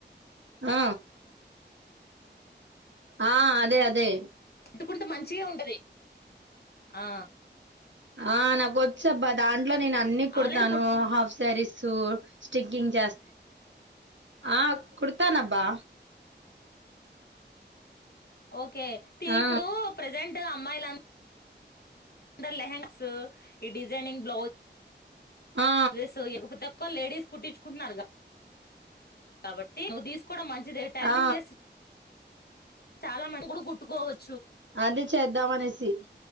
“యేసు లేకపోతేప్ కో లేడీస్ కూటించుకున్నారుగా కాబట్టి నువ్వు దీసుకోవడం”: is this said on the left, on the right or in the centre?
Left